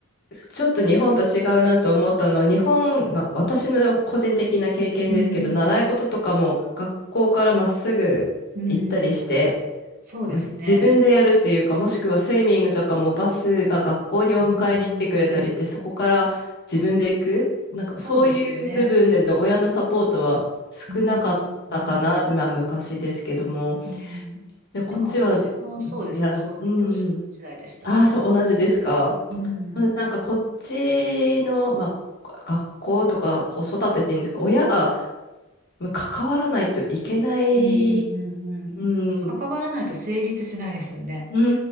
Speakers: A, on the left; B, on the right.
A: ちょっと日本と違うなと思ったのは、日本、まあ、私の個人的な経験ですけど、
B: うん、
A: 習い事とかも学校からまっすぐ行ったりして、
B: うんうん、うんうんそうですね。
A: まあ、自分でやるっていうか、もしくはスイミングとかもバスが学校にお迎えに来てくれたりして、
B: うん、うん、うんうん
A: そこから自分で行く、なんかそういう部分での親のサポートは少なかったかなって、
B: そうですよね。うん、うん、うんうん。
A: まあ昔ですけども、
B: うんでも私もそうですね、
A: で、こっちは、やら、
B: そういう幼少時代でした。
A: うんうん。ああ、そう、同じですか。
B: うん
A: <laughs> ななんかこっちの、まあ、が学校とか子育てっていうんですか、親がうん関わらないといけない、
B: うんうんうんうん。
A: うん、
B: 関わらないと成立しないですよね。
A: うー